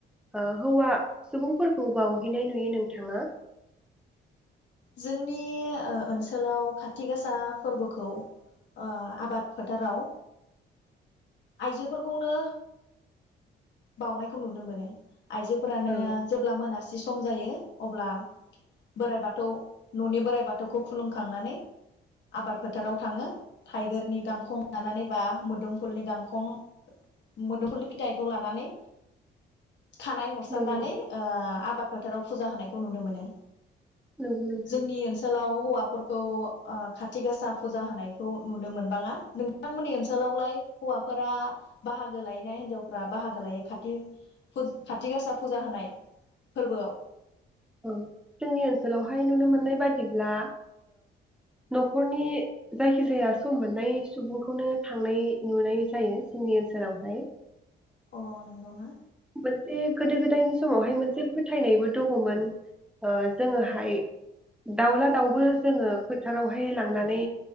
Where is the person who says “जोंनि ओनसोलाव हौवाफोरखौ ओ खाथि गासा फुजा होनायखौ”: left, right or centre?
Left